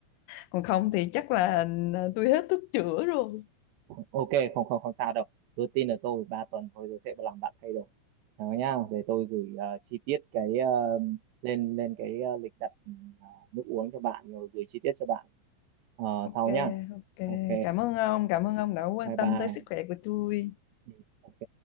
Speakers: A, on the left (about 80°); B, on the right (about 70°).
A: còn không thì chắc là à, tôi hết thuốc chữa rồi
B: ok không không không sao đâu cứ tin ở tôi ba tuần thôi rồi sẽ làm bạn thay đổi đó nhá để tôi gửi ờ, chi tiết cái ờ, lên lên cái ờ, lịch đặt ờ, nước uống cho bạn rồi gửi chi tiết cho bạn ờ,
A: ok
B: sau nhá
A: ok
B: ok
A: cảm ơn ông cảm ơn ông đã quan
B: bye bye
A: tâm tới sức khỏe của tôi
B: Ừ, ok